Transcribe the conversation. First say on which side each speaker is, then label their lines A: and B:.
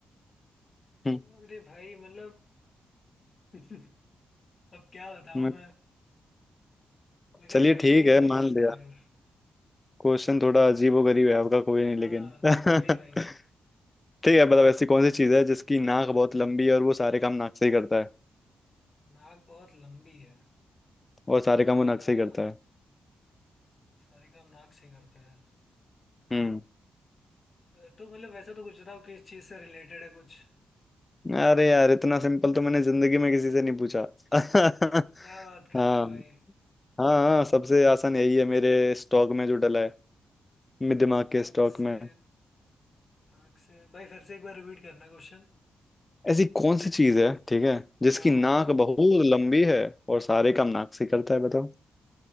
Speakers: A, on the left; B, on the left.
A: हम्म,
B: अरे भाई मतलब <laughs> अब क्या बताऊं
A: मैं-
B: मैं लग
A: चलिए
B: रहा है क्वेश्चन
A: ठीक
B: ही
A: है
B: भाई
A: मान
B: आता
A: लिया
B: है यार
A: क्वेश्चन थोड़ा अजीबो गरीब है आपका कोई नहीं
B: हाँ
A: लेकिन <laughs>
B: वही भाई
A: ठीक है मतलब ऐसी कौन सी चीज़ है जिसकी नाक बहुत लंबी है और वो सारे काम नाक से ही करता है
B: नाक बहुत लंबी है
A: और सारे काम
B: अ,
A: वो नाक से ही करता है
B: सारे काम नाक से करते हैं
A: हम्म
B: अ, तो मतलब वैसे तो कुछ बताओ किस चीज से रिलेटेड है कुछ
A: अरे यार इतना सिंपल तो मैंने जिंदगी में किसी से नहीं पूछा <laughs> हाँ
B: क्या बात कर रहे हो भाई
A: हाँ हाँ सबसे आसान यही है मेरे स्टॉक में जो डला है मेरे दिमाग
B: नाक
A: के स्टॉक
B: से
A: में
B: नाक से भाई फिर से एक बार रिपीट करना क्वेश्चन
A: ऐसी कौन सी चीज़ है ठीक है जिसकी
B: हाँ
A: नाक
B: हाँ
A: बहुत लंबी है और सारे काम नाक से ही करता है बताओ